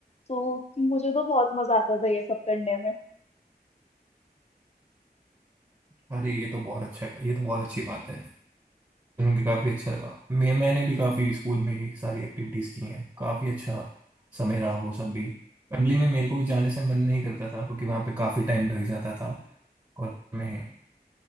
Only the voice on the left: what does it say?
तो मुझे तो बहुत मजा आता था ये सब करने में